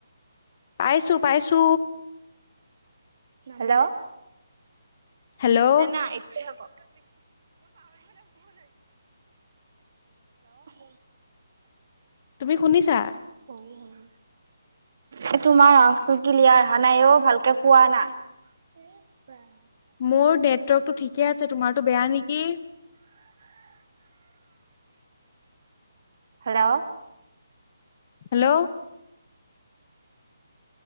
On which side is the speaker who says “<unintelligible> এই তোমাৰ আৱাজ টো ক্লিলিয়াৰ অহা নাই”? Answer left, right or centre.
Right